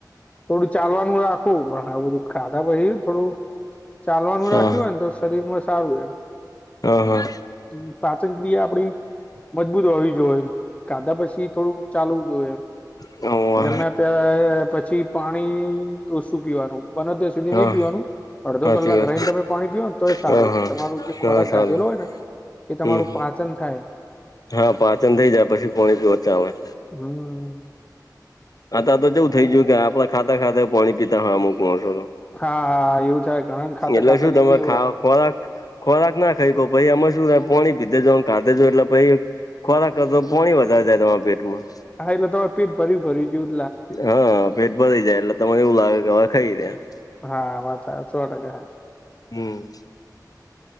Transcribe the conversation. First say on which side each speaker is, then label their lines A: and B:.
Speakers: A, on the left (about 20°); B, on the left (about 60°).
A: થોડું ચાલવાનું રાખવું પણ આ બધું ખાધા પછી થોડું ચાલવાનું
B: હા
A: રાખ્યું હોય ને તો શરીર માં સારું રે
B: હા
A: એમ પાચન ક્રિયા આપડી મજબૂત હોવી જોઈએ ખાધા પછી થોડું ચાલવું જોઈએ
B: હા હા
A: જમ્યા પછી પાણી ઓછું પીવાનું બને ત્યાં નહી
B: હા
A: પીવાનું અડધો
B: સાચી
A: કલાક
B: વાત
A: રહીને તમે પાણી પીઓ ને તો એ સારું
B: હા હા
A: તમારું જે
B: હા
A: ખોરાક
B: સારું
A: ગાધેલો હોય ને કે તમારું
B: હમ
A: પાચન થાય
B: હા પાચન થઇ જાય પછી <unintelligible> ઓચ આવેે
A: હમ્મ.
B: આ તો જેવું થઇ ગયું કે આપણા ખાતા ખાતે પાણી પીતા હા અમુક છો તો
A: હા હા એવું થાય ઘણા ખાતા
B: એટલે
A: ખાતા
B: શું તમે
A: કીવું
B: ખા
A: હોય
B: ખોરાક ખોરાક ના ખાઈ કો પછી આમે શું થાય પાણી પીધે જો કાધેજો એટલે પછી ખોરાક કરતા તો પાણી વધારે જાય તમારા પેટમાં
A: હા એટલે તમે પીઠ ભરી ભરી ગયું
B: હા પેટ ભરી જાય એટલે તને એવું લાગે કે હવે ખાઈ રહ્યા
A: હા વાત સો ટકા હાચી
B: હમ્મ.